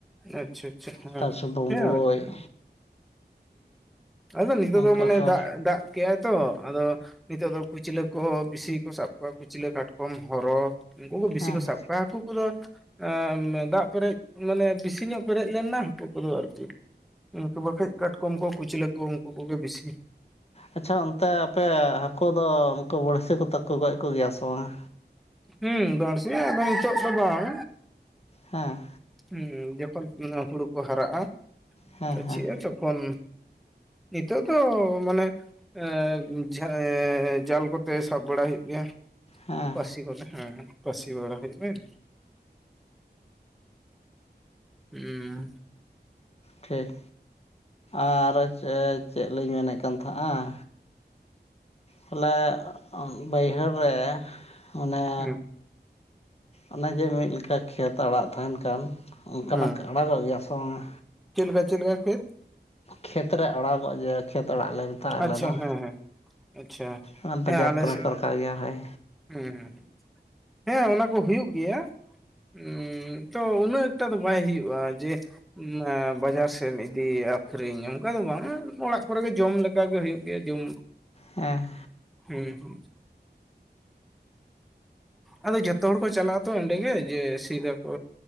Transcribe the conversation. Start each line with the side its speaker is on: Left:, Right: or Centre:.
Centre: ᱟᱪᱪᱷᱟ ᱟᱪᱪᱷᱟ ᱦᱮᱸ
Left: ᱛᱟᱨᱥᱚ ᱵᱩᱢᱵᱩᱡ
Centre: ᱦᱮᱸ ᱟᱞᱮ ᱥᱮᱫᱼᱼ ᱟᱫᱚ ᱱᱤᱛᱚᱜ
Left: ᱚᱱᱠᱟ
Centre: ᱫᱚ ᱢᱟᱱᱮ
Left: ᱠᱚ
Centre: ᱫᱟᱜ ᱫᱟᱜᱼᱼ ᱠᱮᱜᱟᱭ, ᱛᱚ ᱟᱫᱚ ᱱᱤᱛᱚᱜ ᱫᱚ ᱠᱩᱪᱞᱟᱹ ᱠᱚ ᱵᱤᱥᱤ ᱜᱮ ᱠᱚ ᱥᱟᱵ ᱠᱚᱣᱟ ᱠᱩᱪᱞᱟᱹ, ᱠᱟᱴᱠᱚᱢ, ᱦᱚᱨᱚ᱾ ᱩᱱᱠᱩ ᱠᱚ ᱵᱤᱥᱤ
Left: ᱦᱮᱸ
Centre: ᱠᱚ ᱥᱟᱵ ᱠᱚᱣᱟ, ᱦᱟᱹᱠᱩ ᱠᱚᱫᱚ ᱟ ᱫᱟᱜ ᱯᱮᱨᱮᱡ ᱢᱟᱱᱮ ᱵᱤᱥᱼᱼ ᱵᱤᱥᱤ ᱧᱚᱜ ᱯᱮᱨᱮᱡ ᱞᱮᱱᱟ ᱦᱟᱹᱠᱩ ᱠᱚᱫᱚ ᱟᱨ ᱪᱤᱫ ᱩᱱᱠᱩ ᱵᱟᱠᱷᱟᱡ ᱠᱟᱴᱠᱚᱢ ᱠᱚ ᱠᱩᱪᱞᱟᱹ᱾ ᱠᱚ ᱩᱱᱠᱩ ᱠᱚᱜᱮ ᱵᱤᱥᱤᱼᱼ
Left: ᱟᱪᱪᱷᱟ ᱚᱱᱛᱮ ᱟᱯᱮ ᱦᱟᱹᱠᱩ ᱫᱚ ᱩᱱᱠᱩ ᱵᱟᱹᱲᱥᱤ ᱠᱚᱛᱮ ᱠᱚ ᱜᱚᱡ ᱠᱚ ᱜᱮᱭᱟ ᱥᱮ ᱵᱟᱝᱼᱟ?
Centre: ᱦᱩᱸ ᱵᱟᱹᱲᱥᱤ ᱟᱫᱚ ᱱᱤᱛᱚᱜ ᱫᱚ ᱵᱟᱝ᱾
Left: ᱦᱮᱸ᱾
Centre: ᱦᱮᱸ ᱡᱚᱠᱷᱚᱱ ᱱᱟᱜ ᱦᱩᱲᱩ ᱠᱚ ᱦᱟᱨᱟᱜᱼᱟ,
Left: ᱦᱮᱸ
Centre: ᱜᱟᱹᱪᱷᱤᱜ-ᱟ
Left: ᱦᱮᱸ
Centre: ᱛᱚᱠᱷᱚᱱ᱾ ᱱᱤᱛᱚᱜ ᱫᱚ ᱢᱟᱱᱮᱼᱼ ᱮ ᱡᱷᱟ ᱮ ᱡᱟᱞ ᱠᱚᱛᱮ ᱥᱟᱵ ᱵᱟᱲᱟ ᱦᱩᱭᱩᱜ ᱜᱮᱭᱟ᱾
Left: ᱦᱮᱸ᱾
Centre: ᱯᱟᱹᱥᱤ ᱠᱚᱛᱮ ᱦᱮᱸ ᱯᱟᱹᱥᱤ ᱵᱟᱲᱟ ᱦᱮᱡ ᱵᱮᱱ᱾ ᱦᱮᱸ᱾
Left: ᱴᱷᱤᱠ᱾ ᱟᱨ ᱪᱮᱫ, ᱪᱮᱫ ᱞᱤᱧ ᱢᱮᱱᱮᱫ ᱠᱟᱱ ᱛᱟᱦᱮᱫᱼᱟ? ᱯᱟᱹᱞᱮ ᱟᱢ ᱵᱟᱹᱭᱦᱟᱹᱲ ᱨᱮ ᱚᱱᱮᱼᱼ
Centre: ᱦᱩᱸ
Left: ᱚᱱᱮ ᱡᱮ ᱢᱤᱫ ᱞᱮᱠᱟ ᱠᱷᱮᱛ ᱟᱲᱟᱜ ᱛᱟᱦᱮᱱ ᱠᱟᱱ ᱚᱱᱠᱟᱱᱟᱜ
Centre: ᱦᱮᱸ
Left: ᱟᱲᱟᱜᱚᱜ ᱜᱮᱭᱟ ᱥᱮ ᱵᱟᱝᱟ?
Centre: ᱪᱮᱫ ᱞᱮᱠᱟ ᱪᱮᱫ ᱞᱮᱠᱟ? <unintelligible>
Left: ᱠᱷᱮᱛ ᱨᱮ ᱟᱲᱟᱜᱚᱜ-ᱟ ᱡᱮ, ᱠᱷᱮᱛ ᱚᱲᱟᱜ ᱞᱮ ᱢᱮᱛᱟᱜᱼᱟ ᱟᱞᱮ
Centre: ᱟᱪᱪᱷᱟ
Left: ᱫᱚ᱾
Centre: ᱦᱮᱸ ᱦᱮᱸ ᱟᱪᱪᱷᱟ
Left: ᱚᱱᱟ ᱵᱟᱡᱟᱨ
Centre: ᱟᱞᱮ
Left: ᱠᱚ ᱨᱮ
Centre: ᱥᱮᱫ
Left: ᱦᱚᱸᱠᱚ ᱨᱟᱠᱟᱵ ᱜᱮᱭᱟ ᱦᱳᱭ᱾
Centre: ᱦᱮᱸ, ᱦᱮᱸ ᱦᱮᱸ ᱚᱱᱟ ᱠᱚ ᱦᱩᱭᱩᱜ ᱜᱮᱭᱟ᱾ ᱦᱩᱸ ᱛᱚ ᱩᱱᱟᱹᱜ ᱴᱟ ᱫᱚ ᱵᱟᱭ ᱦᱩᱭᱩᱜᱼᱟ ᱡᱮ, ᱮ ᱵᱟᱡᱟᱨ ᱥᱮᱱ ᱤᱫᱤᱭᱟ ᱟᱹᱠᱷᱨᱤᱧ ᱚᱱᱠᱟ ᱫᱚ ᱵᱟᱝ ᱚᱲᱟᱜ ᱠᱚᱨᱮ ᱜᱮ ᱡᱚᱢ ᱞᱮᱠᱟ᱾ ᱚᱱᱠᱟ ᱜᱮ ᱦᱩᱭᱩᱜ ᱜᱮᱭᱟ ᱡᱚᱢ᱾
Left: ᱦᱮᱸ
Centre: ᱦᱩᱸ ᱦᱩᱸ᱾ ᱟᱫᱚ ᱡᱷᱚᱛᱚ ᱦᱚᱲ ᱠᱚ ᱪᱟᱞᱟᱜ ᱟᱛᱚ ᱚᱸᱰᱮᱜᱮ ᱡᱮ ᱥᱤᱫᱟᱠᱚ᱾